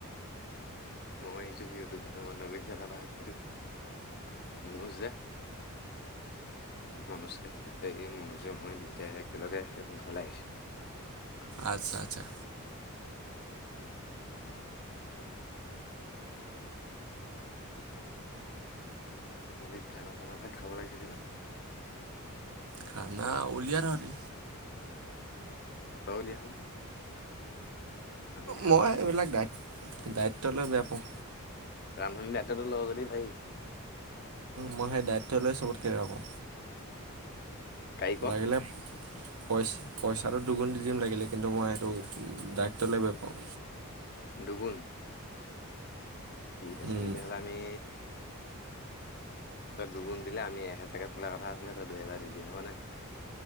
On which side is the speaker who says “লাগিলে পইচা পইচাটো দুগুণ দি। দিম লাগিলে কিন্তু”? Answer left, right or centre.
Right